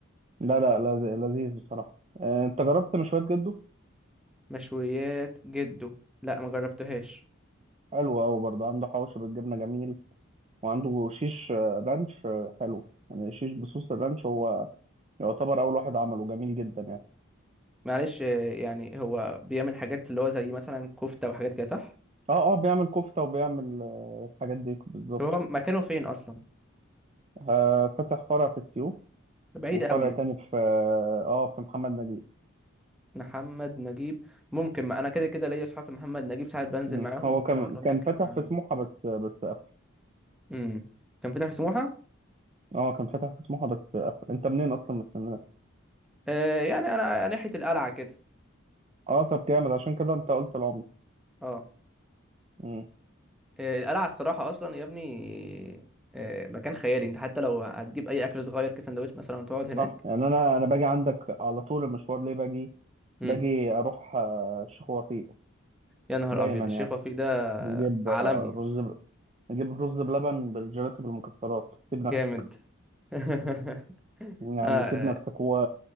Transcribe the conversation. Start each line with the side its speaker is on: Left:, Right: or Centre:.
Right: لا لا لذ- لذيذ بصراحه آه، انت جربت مشويات جده
Centre: مشويات جده لا ما جربتهاش
Right: حلو قوي برضه عنده حواوشي بالجبنه جميل وعنده شيش آه، رانش آه، حلو يعني شيش بصوص الرانش هو يعتبر اول واحد عمله جميل جدا يعني
Centre: معلش آه، يعني هو بيعمل حاجات اللي هو زي مثلا كفتة وحاجات كده صح
Right: اه اه بيعمل كفتة وبيعمل آه، الحاجات دي بالظبط
Centre: طب هو مكانه فين اصلا
Right: آه فتح فرع في السيوف
Centre: ده بعيد
Right: وفرع
Centre: قوي
Right: تاني في اه آه، في محمد نجيب
Centre: محمد نجيب ممكن ما انا كده كده ليا اصحاب في محمد نجيب ساعات بنزل
Right: مم.
Centre: معاهم
Right: هو
Centre: ممكن
Right: كان
Centre: اقول لهم
Right: كان
Centre: ياكلوا
Right: فتح
Centre: من عنده
Right: في سموحة بس بس قفل
Centre: امم كان فاتح في سموحة
Right: اه كان فتح في سموحة بس قفل انت منين اصلا من اسكندرية
Centre: آه يعني انا ناحية القلعة كده
Right: اه طب جامد عشان كده انت قلت العمر
Centre: اه
Right: مم.
Centre: آه، القلعة الصراحة اصلا يا ابني آه مكان خيالي انت حتى لو هتجيب اي اكل صغير كسندوتش مثلا وتقعد هناك
Right: صح يعني انا انا باجي عندك على طول المشوار ليه باجي
Centre: امم
Right: باجي اروح آه، الشيخ وفيق
Centre: يا نهار
Right: دايما
Centre: ابيض
Right: يعني
Centre: الشيخ وفيق ده
Right: نجيب
Centre: عالمي
Right: آه، رز ب- نجيب رز بلبن بالجيلاتي بالمكسرات سيب نفسك
Centre: جامد <laughs>
Right: يعني
Centre: آه
Right: سيبنا في سكوة